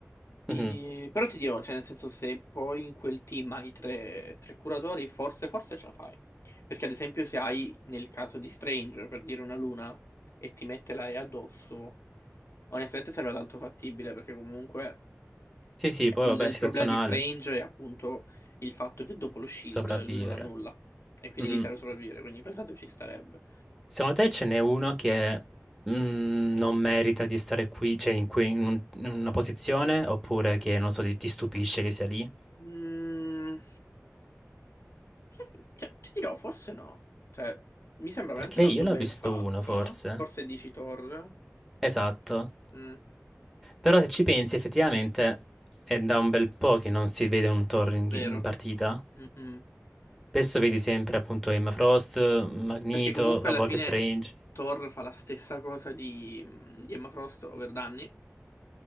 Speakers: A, on the left; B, in the centre.
A: E-
B: Mhm.
A: Però ti dirò, cioè, nel senso, se poi in quel team hai tre, tre curatori, forse, forse ce la fai. Perché, ad esempio, se hai nel caso di Stranger, per dire una luna, e ti mette la E addosso, onestamente sembra tanto fattibile, perché comunque
B: Sì, sì, poi
A: il,
B: vabbè,
A: il
B: situazionale.
A: problema di Strange è appunto il fatto che dopo lo shield
B: Sopravvivere.
A: lui non ha nulla, e quindi
B: Mhm.
A: lì serve sopravvivere, quindi in quel caso ci starebbe.
B: Secondo te ce n'è uno che mm, non merita di stare qui, cioè in, cui- in un- in una posizione, oppure che non so, ti, ti stupisce che sia lì?
A: Mm, sai che- cioè, ti dirò, forse no. Cioè, mi sembra
B: Perché
A: veramente tanto
B: io ne
A: ben
B: ho visto
A: fatta.
B: uno, forse.
A: Forse dici Thor.
B: Esatto.
A: Mm,
B: Però se ci pensi, effettivamente è da un bel po' che non si vede un Thor in,
A: vero.
B: in partita.
A: Mhm.
B: Spesso vedi sempre appunto Emma Frost, Magneto,
A: Perché comunque
B: a
A: alla
B: volte
A: fine
B: Strange.
A: Thor fa la stessa cosa di, mm, di Emma Frost, ovvero Danny,